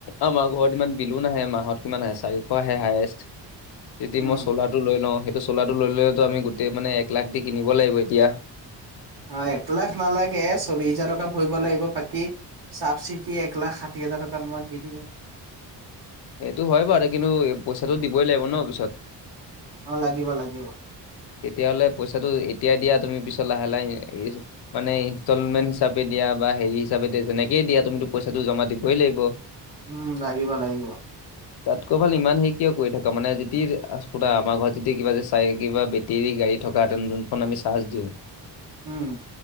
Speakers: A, on the left; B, on the right.
A: আমাৰ ঘৰত ইমান বিলো নাহে মাহত কিমান আহে চাৰিশ আহে হায়েষ্ট। যদি
B: উম
A: মই চোলাৰ টো লৈ লওঁ সেইটো চোলাটো ল'লেতো আমি গোট মানে এক লাখ দি কিনিব লাগিব এতিয়া।
B: অ, এককলাখ নালাগে চল্লিশ হোজাৰ টকা ভৰিব লাগিব বাকী ছাবচিডি এক লাখ ষাঠি হাজাৰ টকাত মই দি দিব
A: এইটো হয় বাৰু কিন্তু পইচাটো দিবই লাগিব ন' পিছত?
B: অ, লাগিব লাগিব।
A: তেতিয়াহলে পইচাটো এতিয়াই দিয়া তুমি পিছত লাহে লাহে মানে ইনষ্টলমেণ্ট হিচাপে দিয়া বা হেৰি হিচাপে যেনেকে দিয়া তুমিতো পইচাটো জমা দিবই লাগিব।
B: উম, লাগিব লাগিব।
A: তাতকৈ ভাল ইমান হেৰি কিয় কৰি থাকা মানে যেতিয়া শুনা আমাৰ ঘৰত যেতিয়া কিবা যে চাই কিবা তিৰি গাড়ী থকাঁতেন যোনখন আমি চাৰ্জ দিওঁ।
B: উম,